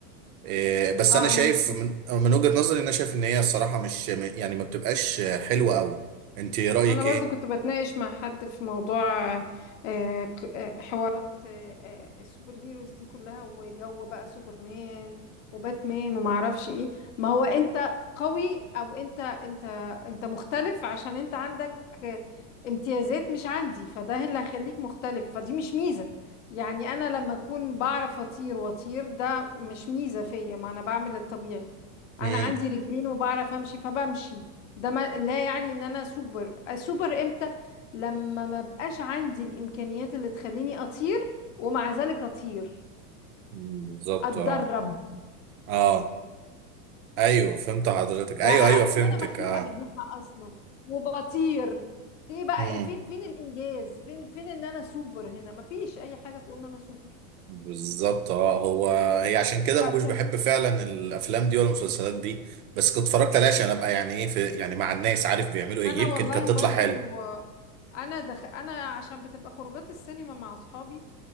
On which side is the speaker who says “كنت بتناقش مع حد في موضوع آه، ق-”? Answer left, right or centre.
Left